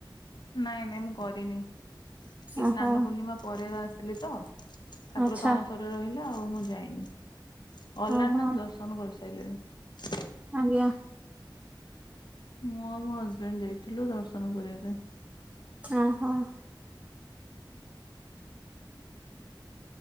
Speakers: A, on the left (about 60°); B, on the right (about 15°).
A: ନାଇଁ ନାଇଁ ମୁଁ କରିନି ଏ
B: ଓହୋ
A: ସ୍ନାନ ପୂର୍ଣ୍ଣିମା ପରେ ଆସିଲି ତ <inaudible> ଠାକୁର
B: ଆଚ୍ଛା
A: ତଣସରରେ ରହିଲେ ଆଉ ମୁଁ ଯାଇନି ଅଲାରନାଥ
B: ଓହୋ
A: ଦର୍ଶନ କରିସି <inaudible> ଚାିଲ <unintelligible>
B: ଆ୍ଞ <unintelligible>
A: ମୁଁ ଆଉ ମୋ ହଜବେଣ୍ଡ ଯାଇଥିଲୁ ଦର୍ଶନ କରିବା ପାଇଁ <inaudible>
B: ଓ ହୋ <inaudible>